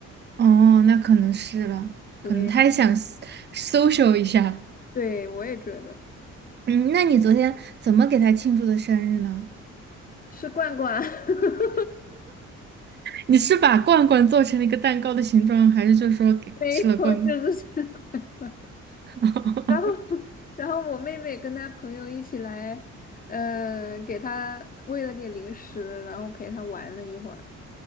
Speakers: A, on the right; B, on the left.
A: 哦，那可能是了，
B: 对，
A: 可能它也想 s- social 一下。
B: 对，我也觉得
A: 嗯，那你昨天怎么给它庆祝的生日呢？
B: 吃罐罐 <laughs>
A: 你是把罐罐做成了一个蛋糕的形状，还是就说给吃了罐？
B: 没错，就是 <laughs> 吃罐罐。
A: <laughs>
B: 然后，然后我妹妹跟她朋友一起来，嗯、给她喂了点零食，然后陪她玩了一会儿。